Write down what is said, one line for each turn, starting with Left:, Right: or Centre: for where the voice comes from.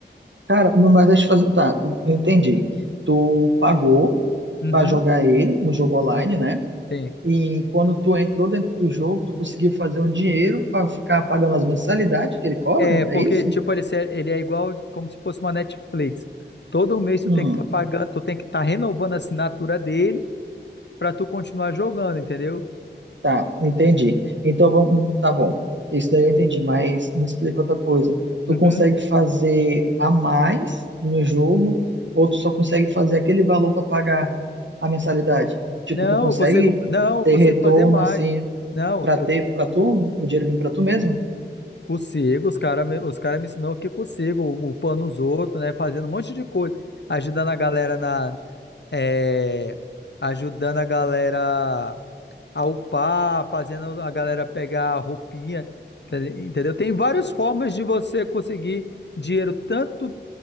Right: Cara, mas deixa eu fazer. Tá, eu entendi. Tu pagou
Left: Uhum.
Right: pra jogar ele, um jogo online,
Left: Sim,
Right: né?
Left: sim.
Right: E quando tu entrou dentro do jogo, tu conseguiu fazer um dinheiro pra ficar pagando as mensalidades que ele cobra?
Left: É, porque,
Right: É isso?
Left: tipo, ele, se- ele é igual como se fosse uma Netflix. Todo mês tu
Right: Hum.
Left: tem que estar pagando, tu tem que estar renovando a assinatura dele pra tu continuar jogando, entendeu?
Right: Tá, entendi. Então, vamos, tá bom. Isso daí eu entendi, mas me explica outra coisa. Tu
Left: Uhum.
Right: consegue fazer a mais no jogo ou tu só consegue fazer aquele valor para pagar a mensalidade? Tipo,
Left: Não,
Right: tu consegue
Left: eu consigo, não, eu
Right: ter
Left: consigo
Right: retorno
Left: fazer mais.
Right: assim
Left: Não,
Right: para
Left: eu
Right: ter
Left: co-
Right: para tu, o dinheiro vem para tu mesmo?
Left: consigo, os caras me, os cara me ensinou que eu consigo, upando os outros, né, fazendo um monte de coisa, ajudando a galera na, é, ajudando a galera a upar, fazendo a galera pegar a roupinha, tá li- entendeu? Tem várias formas de você conseguir dinheiro tanto